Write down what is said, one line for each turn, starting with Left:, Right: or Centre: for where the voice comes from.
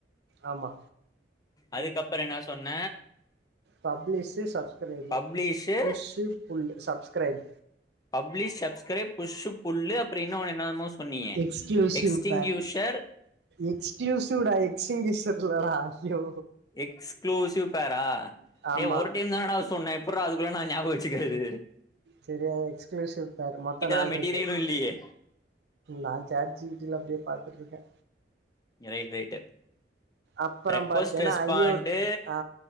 Right: ஆமா
Left: அதுக்கப்பற என்னா சொன்ன
Right: publish subscribe
Left: publish
Right: push pull subscribe
Left: publish subscribe push pull அப்புறம் இன்னொன்னு என்னமோ சொன்னீங்க
Right: எக்ஸ்குளுஸிவ்
Left: எக்ஸ்டிங்யூஷர்
Right: பேர் எக்ஸ்குளுஸிவ் டா எக்ஸிங்கிஷ் இல்லடா ஐயோ
Left: எக்ஸ்க்ளூசிவ் பேரா
Right: ஆமா
Left: டே ஒரு டைம் தானடா சொன் நா எப்புடுறா அதுக்குள்ள நா ஞாபக வச்சுக்கறது
Right: சரியா எக்ஸ்க்ளுசிவ் பேர் மொத்த நால்ருக்கு
Left: தான் மெட்டீரியலும் இல்லையே
Right: நா சாட் ஜீ பீ டி ல அப்டியே பாத் துட்ருக்கே
Left: ரைட் ரைட்டு
Right: அப்பறம்
Left: ரெக்வெஸ்ட்
Right: பாத்தீன்னா
Left: ரெஸ்பாண்டு
Right: ஐயோட்ஸ் ஆ